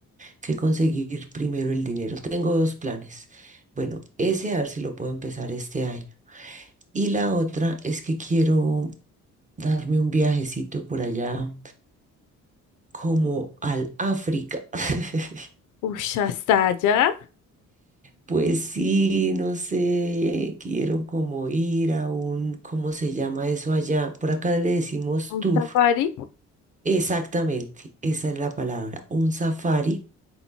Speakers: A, on the right (about 25°); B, on the left (about 80°).
A: que conseguir primero el dinero. Tengo dos planes. Bueno, ese a ver si lo puedo empezar este año. Y la otra es que quiero darme un viajecito por allá como al África. <laughs>
B: Ush, hasta allá,
A: Pues sí, no sé, quiero como ir a un, ¿cómo se llama eso allá? Por acá le decimos
B: un
A: tour.
B: safari.
A: Exactamente, esa es la palabra, un safari.